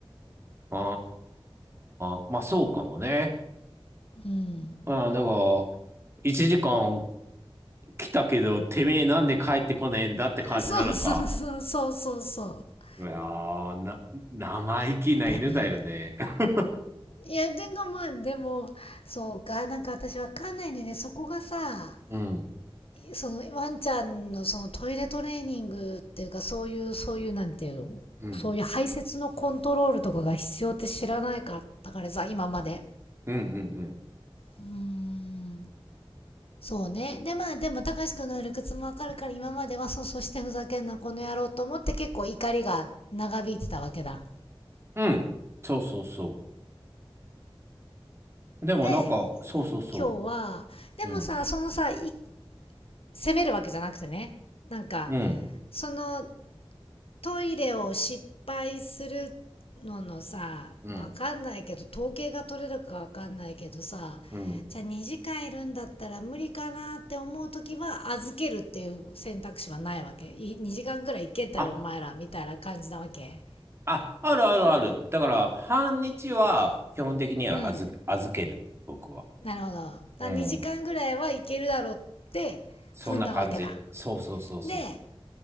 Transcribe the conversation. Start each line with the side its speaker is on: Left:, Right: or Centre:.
Right: あ、ああ、まあそうかもね。
Left: うん
Right: ああ、だから、1時間来たけど、てめえなんで帰ってこないんだって感じなのか。
Left: そうそうそうそうそうそう
Right: いやー、な、生意気な犬だよね。
Left: 多分
Right: <laughs>
Left: いやでもまあでもそうかなんか私わかんないんでねそこがさ
Right: うん、
Left: そのワンちゃんのそのトイレトレーニングっていうかそういうそういうなんていうのそういう排泄のコントロールとかが必要って知らないかったからさ今まで
Right: うん、うん、うん、うん。
Left: うーんそうね。で、まあ、でも、たかしくんの理屈もわかるから、今までは、そう、そしてふざけんな、この野郎と思って、結構怒りが長引いてたわけだ。
Right: うんそうそうそう。でもなんか、
Left: で、
Right: そうそうそ
Left: 今日は、でもさ、
Right: う。うん、
Left: そのさ、攻責めるわけじゃなくてね、なんか、
Right: うん、
Left: その、トイレを失敗するののさわかんないけど統計が取れるかわかんないけどさじゃあ2時間いるんだったら無理かなって思う時は預けるっていう選択肢はないわけい2時間ぐらい行けたらお前らみたいな感じなわけ
Right: うん、うん。ああ、あるあるある。だから、半日は基本的には預、
Left: うん
Right: 預ける、僕は。
Left: なるほどだ2時間ぐらいはいけるだろうって踏んだわけだ
Right: うん。そんな感じ。そうそうそうそ
Left: で